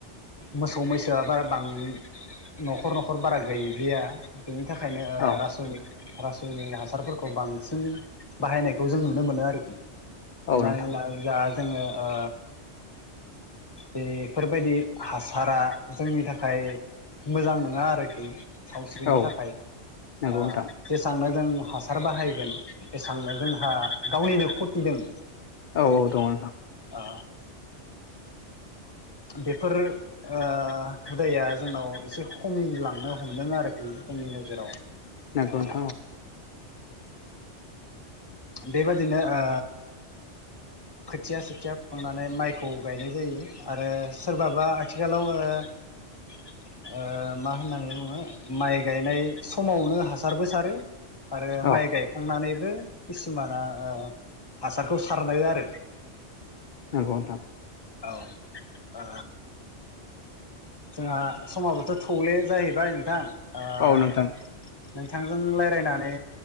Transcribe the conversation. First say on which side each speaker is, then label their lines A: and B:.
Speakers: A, on the left; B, on the left.
A: मोसौ मैसोआबो बारा बां न'खर न'खर बारा गैलिया। बिनि थाखायनो ओ
B: औ
A: रासायनिक रासायनारि हासारफोर खौ बांसिन बाहायनायखौ जों नुनो मोनो आरोखि हमनानै
B: औ नोंथां
A: ला जा जोङो ओ बेफोरबायदि हासारा जोंनि थाखाय मोजां नङा आरोखि सावस्रिनि
B: औ
A: थाखाय
B: नंगौ
A: ओ
B: नोंथां
A: जेसेबांनो जों हास सार बाहायगोन एसेबांनो जोंहा गावनिनो खथिदों
B: औ
A: बेथ'
B: औ दङ नोंथां
A: ओ बेफोर ओ हुदाया जोंनाव एसे खमिलांनो हमदों आरोखि जोंनि नोजोराव
B: नोंगौ
A: ओ
B: नोंथां औ
A: बेबादिनो ओ खोथिया सेथिया फोखांनानै माइखौ गायनाय जायो आरो सोरबाबा आथिखालाव ओ ओ मा होननानै बुङो माइ गायनाय समावनो हासारबो सारो आरो
B: औ
A: माइ गायखांनानै बे किसुमाना ओ हासारखौ सारनाय आरो
B: नंगौ नोंथां
A: औ ओ जोंहा समाबोथ' थौले जाहैबाय नोंथां ओ
B: औ नोंथां
A: नोंथांजों रायलायनानै